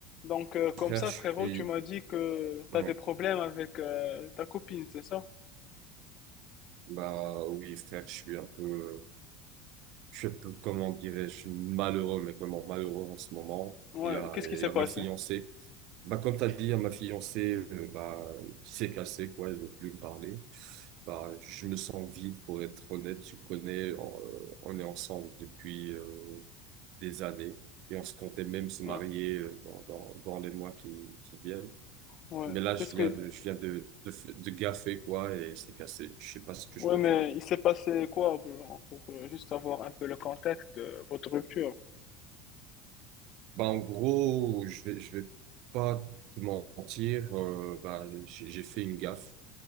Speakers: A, on the left; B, on the right.
A: Donc, euh, comme
B: Frère,
A: ça,
B: je
A: frérot,
B: suis,
A: tu m'as dit que
B: ouais,
A: t'as des problèmes avec euh, ta copine, c'est ça?
B: bah oui, frère, je suis un peu, je suis un peu, comment dirais-je, malheureux, mais vraiment malheureux en ce moment.
A: Ouais,
B: Il y a,
A: qu'est-ce
B: il
A: qui s'est
B: y a
A: passé?
B: ma fiancée. Bah, comme t'as dit, il y a ma fiancée, euh, bah, qui s'est cassée, quoi, elle veut plus me parler. Bah, je me sens vide, pour être honnête, tu connais, on, euh, on est ensemble depuis, euh, des années. Et on se comptait même se
A: Ouais,
B: marier euh, dans, dans, dans les mois qui, qui viennent.
A: ouais,
B: Mais là, je
A: c'est ce
B: viens
A: que...
B: de, je viens de, de, f- de gaffer, quoi, et c'est cassé. Je sais pas ce que
A: Ouais,
B: je peux
A: mais
B: faire.
A: il s'est passé quoi, genre, pour euh, juste avoir un peu le contexte de votre rupture?
B: Bah, en gros, je vais, je vais pas te mentir, euh, bah, j'ai j'ai fait une gaffe.